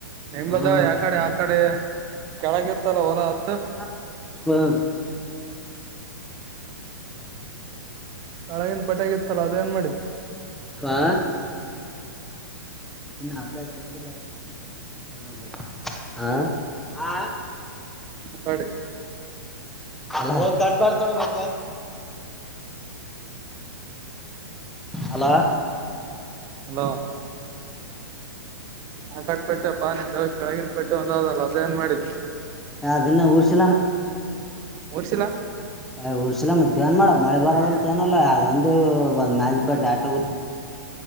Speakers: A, on the right; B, in the centre.
A: ನಿಂಬದ
B: ಹ್ಮ್
A: ಯಕಡೆ ಆಕಡೆ ಕೆಳಗಿತ್ತಲ್ಲ ಹೊಲಾ ಅದು.
B: ಹ್ಮ.
A: ಕೆಳಗಿನ ಪೆಟ್ಟಾಗಿತ್ತಲ್ಲ ಅದೇನ್ ಮಾಡಿದ್
B: ಪಾ. ಇನ್ನು ಅಪ್ಡೇಟ್ ಬಂದಿಲ್ ಅದ್ ಆ ಆ.
A: ಆಕಾಡಿ.
B: ಅಲ್ಲಾ ಹೋಗ ಕಟ್ ಮಾಡ್ತಳ ಮತ. ಅಲಾ.
A: ಹಲೋ ಆ ಕಟ್ಪಟ್ಟೆಪ್ಪ ನಿಂದ ಕೆಳಗಿನ ಪಟ್ಟಿ ಒಂದದಲ್ಲ. ಏನ್ ಮಾಡಿದಿ.
B: ಏ ಅದಿನ್ನ ಉರ್ಷಿಲ್ಲಣ್.
A: ಒಡ್ಸಿಲ್ಲಾ.
B: ಅಯ್ ಉರ್ಸಿಲಾ ಮತ್ತೇನ್ ಮಾಡಮ ಮಳಿ ಬರವಲ್ತ್. ಾನಲ್ಲ ಅದ ಒಂದೆ ಒ ಮ್ಯಾಲಿನ್ ಪಟ್ಟಿ ಉತ್.